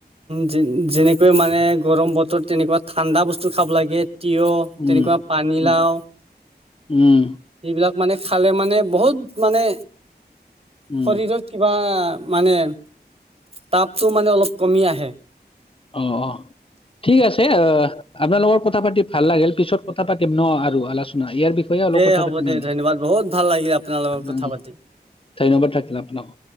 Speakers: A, on the right (about 35°); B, on the left (about 30°).
A: যে-যেনেকৈ মানে গৰম বতৰত তেনেকুৱা ঠাণ্ডা বস্তু খাব লাগে। তিয়হ
B: উম
A: তেনেকুৱা পানীলাও।
B: উম উম
A: এইবিলাক মানে খালে মানে বহুত মানে
B: উম
A: শৰীৰত কিবা মানে তাপটো মানে অলপ কমি আহে।
B: অ', অ'। ঠিক আছে। আপোনাৰ লগত কথা পাতি ভাল লাগিল। পিছত কথা পাতিম ন' আৰু আলচোনাই ইয়াৰ বিষয়ে অলপ
A: দে
B: কথা
A: হ'ব
B: পাতিম
A: দে
B: আমি।
A: ধন্যবাদ বহুত ভাল লাগিল আপোনাৰ লগত কথা
B: উ
A: পাতি।
B: ধন্যবাদ থাকিল আপোনাকো।